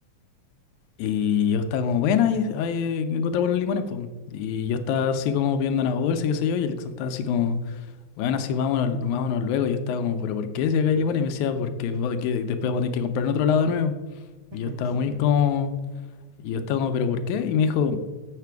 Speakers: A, on the left (about 80°); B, on the right (about 80°).
A: Y yo estaba como, bueno, ahí, ahí encontramos los limones, pues. Y yo estaba así como viendo una bolsa, qué sé yo, y Alexon estaba así como, bueno, así vámonos, vámonos luego. Y yo estaba como, pero ¿por qué si acá hay limones? Y me decía, porque va- que después vamos a tener que comprar en otro lado de nuevo.
B: <laughs>
A: Y yo
B: ¿Por
A: estaba
B: qué,
A: muy
B: weón?
A: como, y yo estaba como, pero ¿por qué? Y me dijo,